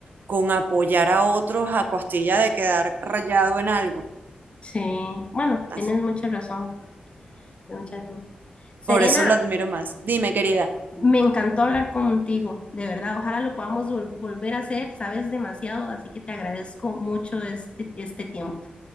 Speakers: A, on the right; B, on the left.
A: con apoyar a otros a costilla de quedar rayado en algo.
B: Sí, bueno,
A: Así.
B: tienes mucha razón. Tienes mucha razón. Serena,
A: Por eso lo admiro más. Dime, querida.
B: me encantó hablar contigo, de verdad. Ojalá lo podamos vol- volver a hacer. Sabes demasiado, así que te agradezco mucho este, este tiempo,